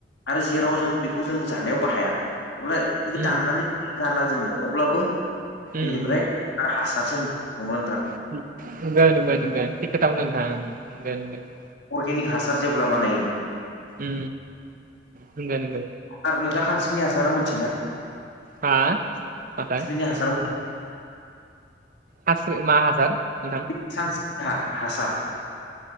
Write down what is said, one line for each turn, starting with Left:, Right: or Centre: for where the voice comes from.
Left: आरो जेराव जों बेखौ जों जानायाव बाहाया अब्ला बेखौ
Right: उम
Left: दाननानै गारना दोनो अब्लाबो
Right: उम
Left: बेनिफ्राय आरो हासारसो नंगौ नोंथां
Right: <unintelligible>
Left: अर्गेनिक हासार जेब्ला बानायो
Right: उ नंगौ नंगौ
Left: आरो नोंथा खानस्रिनि हासार मिथियोना खानस्रिनि
Right: हा माथो
Left: हासार <unintelligible>
Right: खानस्रि मा हासार नोंथां
Left: <unintelligible> हासार